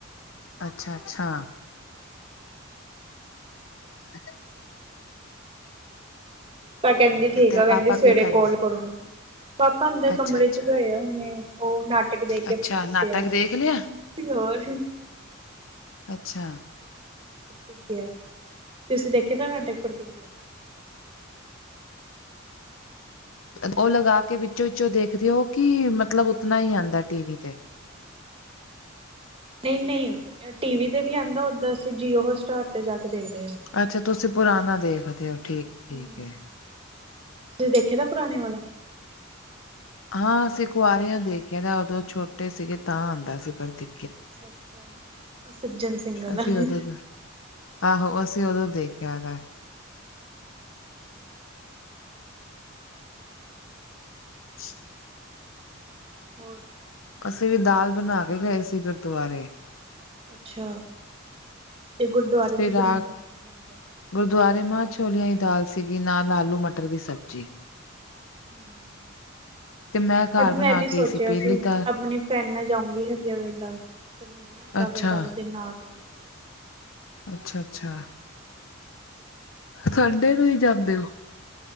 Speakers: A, on the left; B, on the right.
A: ਅੱਛਾ-ਅੱਛਾ। <unintelligible>
B: ਤਾਂ ਕਹਿੰਦੀ
A: ਤੇ
B: ਠੀਕ
A: ਤੇਰੇ
B: ਆ ਕਹਿੰਦੀ
A: ਪਾਪਾ
B: ਸਵੇਰੇ
A: ਕੀ ਕਰ ਰਹੇ
B: ਕੋਲ ਕਰੂੰਗੀ ਪਾਪਾ ਅੰਦਰ
A: ਅੱਛਾ
B: ਕਮਰੇ
A: ਅੱਛਾ
B: ਚ ਗਏ ਆ ਹਨੇ ਉਹ ਨਾਟਕ ਦੇਖ ਕੇ
A: ਅੱਛਾ
B: ਪ੍ਰਤੀਗਿਆ
A: ਨਾਟਕ ਦੇਖ ਲਿਆ
B: ਯਾਰ
A: ਅੱਛਾ
B: ਪ੍ਰਤਿਗਿਆ, ਤੁਸੀਂ ਦੇਖਿਆ ਦਾ ਨਾਟਕ ਪ੍ਰਤਿਗਿਆ
A: ਉਹ ਲਗਾ ਕੇ ਵਿੱਚੋ ਵਿਚੋ ਦੇਖਦੇ ਓ ਕੀ ਮਤਲਬ ਉਤਨਾ ਹੀ ਆਂਦਾ ਟੀ ਵੀ ਤੇ
B: ਨਈ ਨਈ ਟੀ ਵੀ ਤੇ ਵੀ ਆਂਦਾ ਓਦਾਂ ਅਸੀਂ ਜੀਓ ਹੋ ਸਟਾਰ ਤੇ ਜਾ ਕੇ ਦੇਖਦੇ ਆ
A: ਅੱਛਾ ਤੁਸੀਂ ਪੁਰਾਣਾ ਦੇਖਦੇ ਹੋ ਠੀਕ-ਠੀਕ
B: ਹੂੰ
A: ਐ
B: ਤੁਸੀਂ ਦੇਖੇ ਦਾ ਪੁਰਾਣੇ ਵਾਲਾ
A: ਹਾਂ ਅਸੀਂ ਕੁਆਰੀਆਂ ਦੇਖਿਆ ਤਾਂ ਉਦੋਂ ਛੋਟੇ ਸੀਗੇ ਤਾਂ ਆਂਦਾ ਸੀ ਪ੍ਰਤੀ
B: ਅੱਛਿਆ ਅੱਛਿਆ ਆਹ ਸੱਜਣ ਸਿੰਘ ਆਲਾ
A: ਅਸੀਂ ਉਦੋਂ ਆਹੋ ਅਸੀਂ ਉਦੋਂ ਦੇਖਿਆਂ ਗਾ <inaudible>
B: ਹੋਰ
A: ਅਸੀਂ ਵੀ ਦਾਲ ਬਣਾ ਕੇ ਗਏ ਸੀ ਗੁਰਦੁਆਰੇ।
B: ਅੱਛਾ ਤੇ ਗੁਰਦੁਆਰੇ
A: ਫਿਰ
B: ਕੀ ਬਨਿਆ
A: ਆ
B: ਤੇ ਲੰਗਰ
A: ਗੁਰਦੁਆਰੇ ਮਾਂਹ ਛੋਲਿਆਂ ਦੀ ਦਾਲ ਸੀਗੀ ਨਾਲ ਆਲੂ ਮਟਰ ਦੀ ਸਬਜ਼ੀ
B: ਹੂੰ
A: ਤੇ ਘਰ
B: ਅੱਜ ਮੈਂ
A: ਬਣਾ
B: ਵੀ
A: ਕੇ
B: ਸੋਚਿਆ
A: ਗਈ ਪੀਲੀ
B: ਸੀ
A: ਦਾਲ
B: ਆਪਣੀ ਫਰੈਂਡ ਨਾਲ ਜਾਊਗੀ ਹਰੀਆ ਵੇਲਾ ਮੀਂਹ ਆਂਦਾ
A: ਅੱਛਾ
B: ਪਿਆ ਸਾਰਾ ਦਿਨ ਆ ਗਿਆ ਫੇਰ
A: ਅੱਛਾ ਅੱਛਾ, ਸੰਡੇ ਨੂੰ ਹੀ ਜਾਂਦੇ ਹੋ?